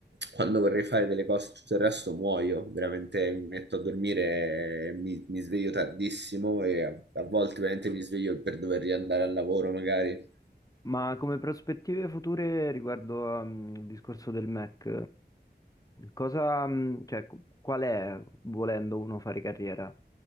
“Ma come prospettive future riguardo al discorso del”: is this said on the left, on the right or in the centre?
Left